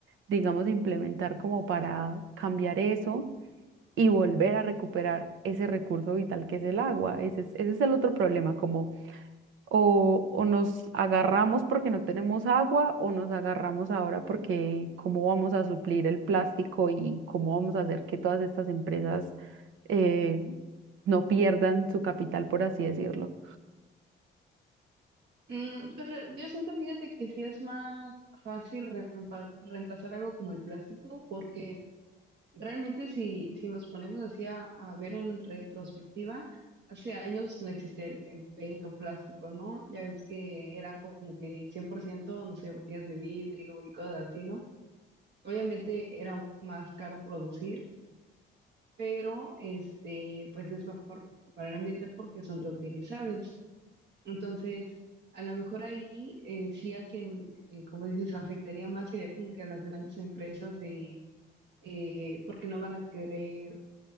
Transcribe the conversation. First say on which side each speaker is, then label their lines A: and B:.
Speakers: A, on the right; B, on the right.
A: digamos, implementar como para cambiar eso? y volver a recuperar ese recurso vital que es el agua. Ese es, ese es el otro problema, como o, o nos agarramos porque no tenemos agua o nos agarramos ahora porque cómo vamos a suplir el plástico y cómo vamos a hacer que todas estas empresas eh, no pierdan su capital, por así decirlo.
B: Mm, pero yo siento, fíjate que sí es más fácil reempa- reemplazar algo como el plástico porque Realmente si, si nos ponemos así a, a ver en retrospectiva, hace años no existía el, el PET o plástico, ¿no? Ya es que eran como que 100% no sé, botellas de vidrio y cosas así, ¿no? Obviamente era un- más caro producir, pero este, pues es mejor para el ambiente porque son reutilizables. Entonces, a lo mejor ahí eh, sí a quien, eh, como dices, afectaría más sería como que a las grandes empresas de eh, porque no van a querer